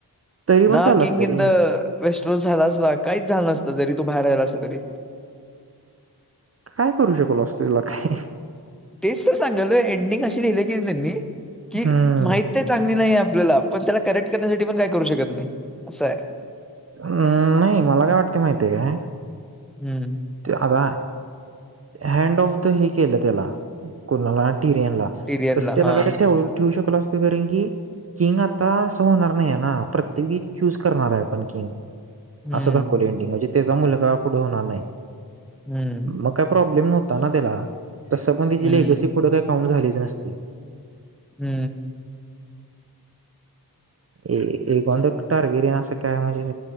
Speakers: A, on the right; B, in the centre.
A: तरी पण
B: ना
A: चालू
B: किंग
A: असतं रे
B: इन द वेस्ट झाला अस काहीच झालं नसत जरी तू बाहेरयला अस तरी
A: काय करू शकल असत तिला काय
B: तेच तर सांगाल एंडिंग अशी लिहिले की त्यांनी कि
A: हम्म
B: माहित ते चांगली नाही आप पण त्याला करेक्ट करण्यासाठी पण काय करू शकत नाही असं आहे
A: हम् नाही मला काय वाटते माहितीय का
B: हम्म
A: आता हँड ऑफ द हे केलं त्याला कणाला टिरियन ला
B: टिरियनला
A: तस ते
B: हा
A: लगाये ठेवू शकल अस करंगी किंग आता असं होणार नाहीय ना प्रत्येकी चूज करणार आहे पण किंग
B: हम्म
A: असं दाखवलं एंडिंग म्हणजे त्याचा मुल का पुढं होणार नाही
B: हम्म
A: मग काय प्रॉब्लेम नव्ह त्याला तस पण तिची
B: हम्म
A: एकस फोटं काही काउंट झालेच नसती
B: हम्म
A: ए एक गंधक टारगिरी न असं काय म्हणजे